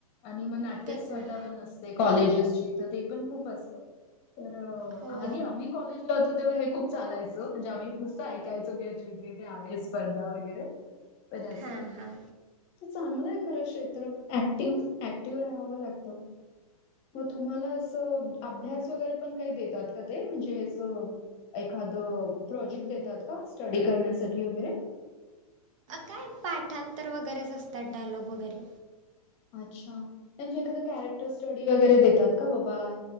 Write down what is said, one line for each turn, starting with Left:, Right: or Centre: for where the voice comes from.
Left: आणि मग नाट्य
Right: तेच
Left: स्पर्धा
Right: ना
Left: पण असते. कॉलेजेसची तर ते पण खूप असतात. तर
Right: हो
Left: आधी आम्ही कॉलेजला होतो तेव्हा हे खूप चालायचं म्हणजे आम्ही एक नुसतं ऐकायचो की या थे आहे स्पर्धा वगैरे पण अस.
Right: हां हां
Left: तर चांगलं आहे खरं क्षेत्र ऍक्टिव ऍक्टिव्ह राहावं लागतं. हो तुम्हाला असं अभ्यास वगैरे पण काही देतात का ते म्हणजे असं. एखादं प्रोजेक्ट देतात का स्टडी करण्यासाठी वगैरे
Right: काय पाठांतर वगैरेच असतात डायलॉग वगैरे
Left: अच्छा म्हे एखाद कॅरेक्टर स्टडी वगैरे देतात का बाबा.